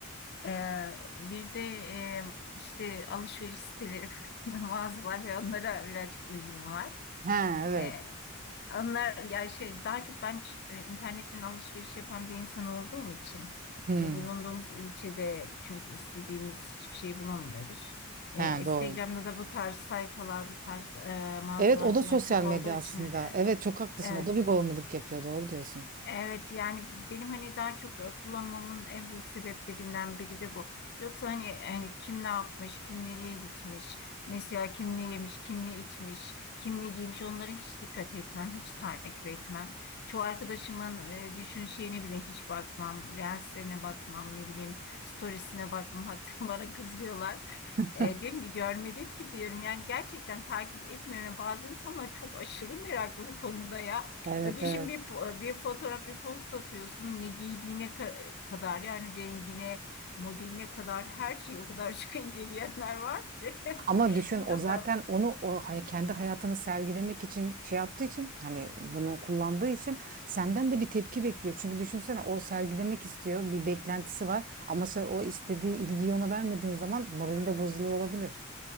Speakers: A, on the left (about 50°); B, on the right (about 40°).
A: e, bir de e, işte alışveriş siteleri <laughs> falan mağazalar ve onlara birazcık ilgim var.
B: He evet.
A: Ee, onlar ya şey daha çok ben ç- e, internetten alışveriş yapan bir insan olduğum için
B: Hmm.
A: hani bulunduğumuz ilçede çünkü istediğimiz hiçbir şey bulamıyoruz. Ee,
B: He
A: Instagram'da
B: doğru.
A: da bu tarz sayfalar, bu tarz e, mağazalar
B: Evet o da
A: falan
B: sosyal
A: çok
B: medya
A: olduğu için
B: aslında.
A: e,
B: Evet çok haklısın.
A: evet
B: O da bir bağımlılık yapıyor. Doğru diyorsun.
A: Evet yani benim hani daha çok e, kullanmamın en büyük sebeplerinden biri de bu. Yoksa hani, hani kim ne yapmış, kim nereye gitmiş, mesela kim ne yemiş, kim ne içmiş, kim ne giymiş onlara hiç dikkat etmem, hiç takip etmem. Çoğu arkadaşımın e, düşün şeyine bile hiç bakmam, reelslerine bakmam, ne bileyim storiesine bakmam. <laughs> Hatta bana kızıyorlar.
B: <laughs>
A: E, diyorum ki görmedim ki diyorum yani gerçekten takip etmiyorum. Yani Bazı insanlar çok aşırı meraklı bu konuda ya.
B: Evet
A: E, düşün
B: evet.
A: bir, po- bir fotoğraf bir post atıyorsun ne giydiğine ka- e, kadar yani rengine modeline kadar her şeyi o kadar çok <laughs> inceleyenler var ki. <laughs>
B: Ama düşün o
A: Ya
B: zaten
A: Ben
B: onu o hay- kendi hayatını sergilemek için şey yaptığı için hani bunu kullandığı için senden de bir tepki bekliyor. Çünkü düşünsene o sergilemek istiyor. Bir beklentisi var ama sen o istediği ilgiyi ona vermediğin zaman morali de bozuluyor olabilir.